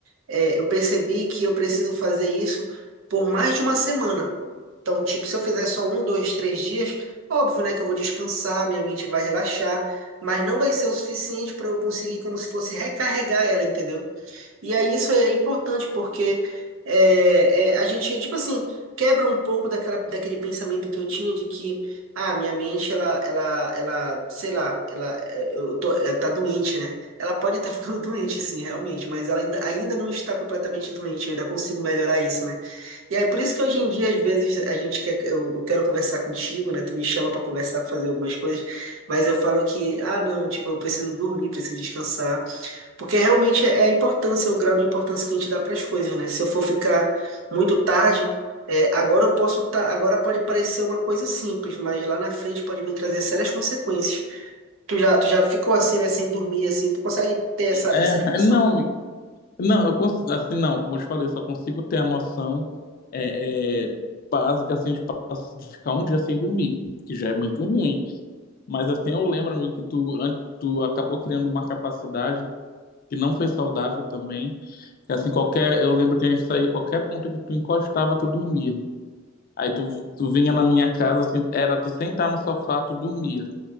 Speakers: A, on the right; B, on the left.
A: É, eu percebi que eu preciso fazer isso por mais de uma semana. Então, tipo, se eu fizer só um, dois, três dias, óbvio, né, que eu vou descansar, minha mente vai relaxar, mas não vai ser o suficiente para eu conseguir, como se fosse recarregar ela, entendeu? E aí isso é importante porque é, é, a gente, tipo assim, quebra um pouco daquela, daquele pensamento que eu tinha de que, ah, minha mente, ela, ela, ela, sei lá, ela, é, eu tô, ela tá doente, né? Ela pode estar <laughs> ficando doente, sim, realmente, mas ela ainda, ainda não está completamente doente, eu ainda consigo melhorar isso, né? E aí, por isso que hoje em dia, às vezes, a gente quer, eu, eu quero conversar contigo, né? Tu me chama para conversar, para fazer algumas coisas, mas eu falo que, ah, não, tipo, eu preciso dormir, preciso descansar, porque realmente é a importância, o grau de importância que a gente dá para as coisas, né? Se eu for ficar muito tarde, é, agora eu posso tá, agora pode parecer uma coisa simples, mas lá na frente pode me trazer sérias consequências. Tu já, tu já ficou assim, né, sem dormir, assim, tu consegue ter essa,
B: É,
A: essa dimensão?
B: é, não, amigo. Não, eu cons... assim não, como eu te falei, eu só consigo ter a noção é, é, básica assim de, pass- de ficar um dia sem dormir, que já é muito ruim. Mas assim eu lembro, amigo, que tu, an- tu acabou criando uma capacidade que não foi saudável também. Que assim qualquer, eu lembro que a gente saía qualquer ponto que tu encostava, tu dormia. Aí tu, tu vinha na minha casa assim, era tu sentar no sofá, tu dormia